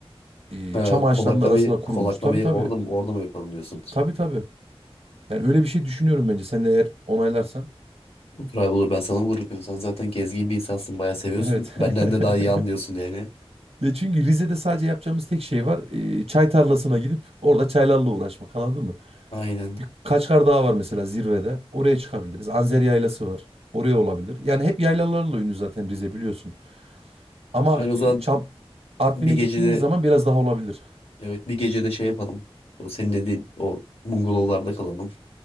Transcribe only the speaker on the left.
Ha,
konaklamayı,
konaklamayı
orada mı, orada mı yapalım diyorsun?
Olur abi olur ben sana bırakıyorum. Sen zaten gezgin bir insansın bayağı seviyorsun.
Benden
de daha iyi anlıyorsun yani.
Aynen.
Yani o
zaman
bir gecede
evet bir gecede şey yapalım. O senin dediğin o bungalovlarda kalalım.